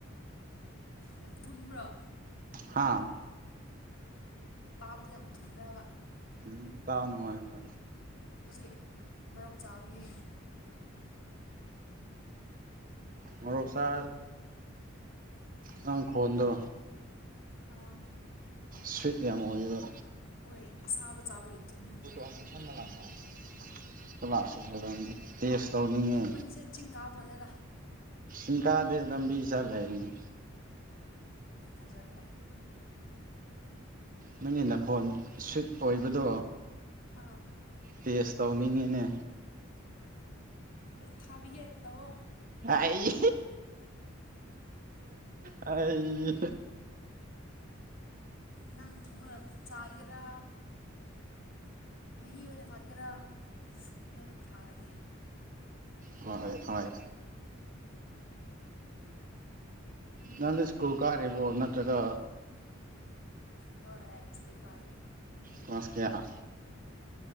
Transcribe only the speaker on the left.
ꯌꯥꯝ ꯊꯨꯝꯕ꯭ꯔꯣ
ꯇꯥꯕꯗꯨ ꯌꯥꯝ ꯊꯨꯝꯕ꯭ꯔꯕ
ꯍꯧꯖꯤꯛ ꯃꯔꯣꯛ ꯆꯥꯕꯒꯤ
ꯑꯥ
ꯍꯣꯏ ꯑꯁꯥꯕ ꯆꯥꯕꯒꯤ ꯊꯨꯝꯕꯅꯦ ꯑꯩꯒꯤ
ꯈꯣꯟꯗꯣ
ꯅꯪꯁꯦ ꯆꯤꯡ ꯀꯥꯕ ꯃꯥꯜꯂꯦꯗ
ꯑꯩ ꯊꯥꯖꯗ꯭ꯔꯦ
ꯑꯥ
ꯑ ꯊꯥꯕꯤꯦ ꯇꯑꯣ
ꯅꯪ ꯊꯣꯡꯅꯂ ꯆꯥꯒꯦꯔꯥ ꯃꯍꯤ ꯑꯣꯏꯅ ꯊꯥꯛꯀꯦꯔꯥ ꯍꯣꯔꯦꯟ ꯊꯥꯔꯒꯦ
ꯍꯣꯏ ꯁ꯭ꯀꯨꯜ ꯀꯥꯔꯤ